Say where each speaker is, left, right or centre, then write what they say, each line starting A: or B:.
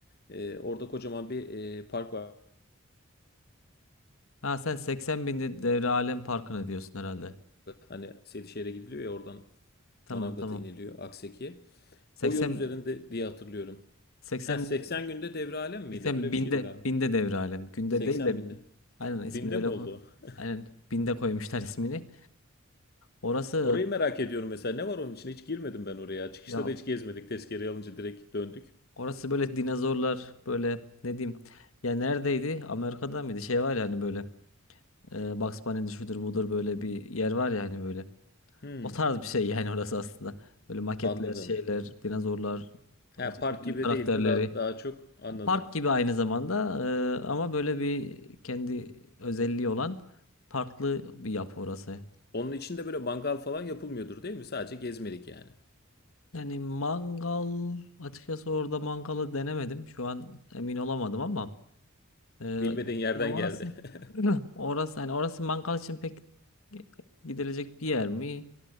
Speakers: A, on the left; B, on the left.
A: E, orada kocaman bir e, park var.
B: Ha sen 80 binde Devre Alem Parkı'na diyorsun herhalde.
A: Hani Sedişehir'e gidiliyor ya oradan
B: Tamam
A: Manavgat'a
B: tamam.
A: iniliyor Akseki'ye.
B: 80
A: O yol üzerinde diye hatırlıyorum.
B: 80
A: Ha 80
B: binde,
A: günde devre alem miydi?
B: 80
A: Böyle bir
B: binde
A: şeydi galiba.
B: binde Devre Alem. Günde
A: 80
B: değil de
A: binde.
B: aynen
A: Binde
B: ismini öyle
A: mi oldu?
B: koy.
A: o?
B: Aynen binde koymuşlar <laughs> ismini. Orası
A: Orayı merak ediyorum mesela. Ne var onun için? Hiç girmedim ben oraya. Çıkışta
B: ya
A: da hiç gezmedik. Tezkereyi alınca direkt döndük.
B: orası böyle dinozorlar böyle ne diyeyim. Ya neredeydi? Amerika'da mıydı? Şey var ya hani böyle e, Bugs Bunny'dir şudur budur böyle bir yer var ya hani böyle.
A: Hmm,
B: O tarz bir şey <laughs> yani orası aslında. Böyle maketler,
A: anladım.
B: şeyler, dinozorlar,
A: Ha,
B: çizgi
A: park
B: film
A: gibi
B: karakterleri.
A: değildi. Daha, daha çok anladım.
B: Park gibi aynı zamanda e, ama böyle bir kendi özelliği olan farklı bir yapı orası.
A: Onun içinde böyle mangal falan yapılmıyordur değil mi? Sadece gezmelik yani.
B: Yani mangal açıkçası orada mangalı denemedim. Şu an emin olamadım ama e,
A: Bilmediğin yerden
B: ya orası
A: geldi.
B: <clears throat>
A: <laughs>
B: orası hani orası mangal için pek gidilecek bir yer mi?